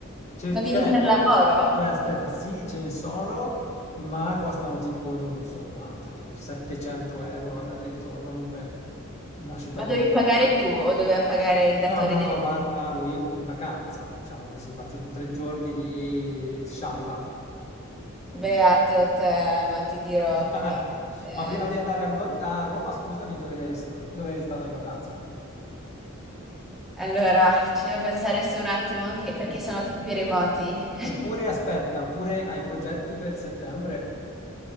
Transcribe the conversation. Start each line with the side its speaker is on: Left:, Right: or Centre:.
Left: cioè,
Centre: Ma
Left: cioè,
Centre: vieni per lavoro?
Left: cioè, aspetta, sì, ce ne sono, ma costano tipo, non lo so quanto, tipo 700 euro andata e ritorno, dunque lascio perdere.
Centre: Ma dovevi pagare tu o doveva pagare il datore
Left: No, no,
Centre: di...
Left: no, va- vado io in vacanza, diciamo così, faccio tre giorni di scialla.
Centre: Beato te, ma ti dirò,
Left: <laughs>
Centre: beato te.
Left: Ma prima di andare a, Lon- a Roma, scusami, dove eri stato, dove eri stato in vacanza?
Centre: Allora, ci devo pensare su un attimo che- perché
Left: O-
Centre: sono tempi remoti.
Left: oppure aspetta, oppure hai progetti per settembre?